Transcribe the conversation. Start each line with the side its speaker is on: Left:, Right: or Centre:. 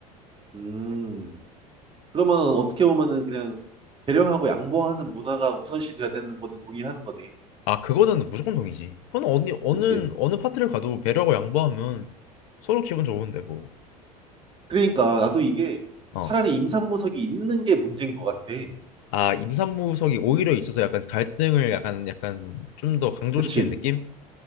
Right: 음. 그러면 어떻게 보면은 그냥 배려하고 양보하는 문화가 우선시 돼야 되는 거는 동의하는 거네.
Left: 아, 그거는 무조건 동의지. 그건 어느 어느
Right: 그치.
Left: 어느 파트를 가도 배려하고 양보하면 서로 기분 좋은데 뭐.
Right: 그러니까 나도 이게
Left: 어.
Right: 차라리 임산부석이 있는 게 문제인 것 같아.
Left: 아, 임산부석이 오히려 있어서 약간 갈등을 약간 약간 좀 더 강조시키는
Right: 그치.
Left: 느낌?